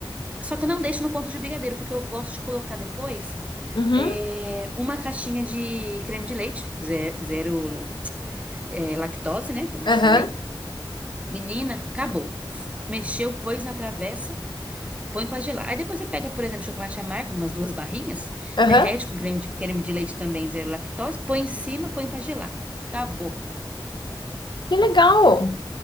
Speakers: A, on the right; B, on the left.
A: Só que eu não deixo no ponto de brigadeiro, porque eu gosto de colocar depois
B: Uhum.
A: é, uma caixinha de creme de leite, zero, zero, é, lactose, né? Como eu
B: Aham.
A: te falei. Menina, acabou. Mexeu, pôs na travessa, põe pra gelar. Aí depois você pega, por exemplo, chocolate amargo, umas duas barrinhas,
B: Aham.
A: derrete com creme de, creme de leite também, zero lactose, põe em cima, põe pra gelar. Acabou.
B: Que legal.